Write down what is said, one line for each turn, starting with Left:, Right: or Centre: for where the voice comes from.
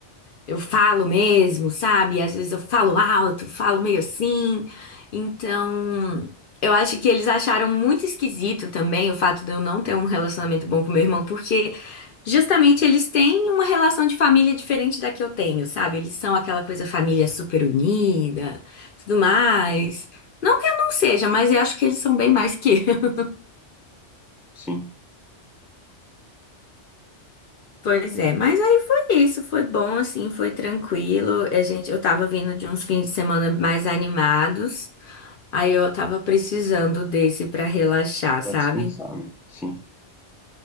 Left: Eu falo mesmo, sabe? Às vezes eu falo alto, falo meio assim. Então, eu acho que eles acharam muito esquisito também o fato de eu não ter um relacionamento bom com meu irmão, porque justamente eles têm uma relação de família diferente da que eu tenho, sabe? Eles são aquela coisa família super unida, tudo mais. Não que eu não seja, mas eu acho que eles são bem mais que eu. <laughs>
Centre: Sim,
Left: Pois é, mas aí foi isso, foi bom assim, foi tranquilo. A gente, eu tava vindo de uns fins de semana mais animados. Aí eu tava precisando desse pra relaxar,
Centre: pra
Left: sabe?
Centre: descansar, né? Sim,